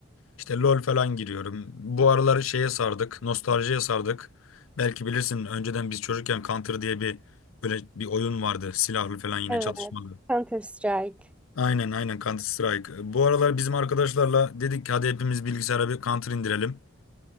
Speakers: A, on the left; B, in the centre.
A: İşte LoL falan giriyorum. Bu aralar şeye sardık, nostaljiye sardık. Belki bilirsin önceden biz çocukken Counter diye bir böyle bir oyun vardı. Silahlı falan yine
B: Evet.
A: çatışmalı.
B: Counter Strike.
A: Aynen aynen Counter Strike. Bu aralar bizim arkadaşlarla dedik ki hadi hepimiz bilgisayara bir Counter indirelim.